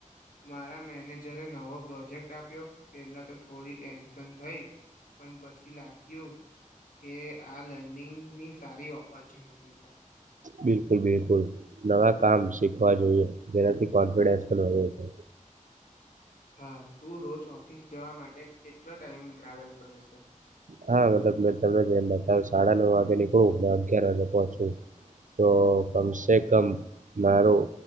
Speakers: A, on the left; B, on the right.
A: મારા મેનેજરે નવો પ્રોજેક્ટ આપ્યો પેલા તો થોડી ટેન્શન થઈ પણ પછી લાગ્યું કે આ લર્નિંગની સારી ઓપોર્ચ્યુનિટી છે.
B: બિલકુલ બિલકુલ નવા કામ શીખવા જોઈએ જેનાથી કોન્ફિડન્સ પણ વધે છે.
A: હા તું રોજ ઓફિસ જવા માટે કેટલો ટાઈમ ટ્રાવેલ કરે છે.
B: હા મતલબ મેં તમને એમ બતાવ સાડા નવ વાગે નીકળવું અને અગિયાર વાગે પહોંચવું. તો કમસે કમ મારું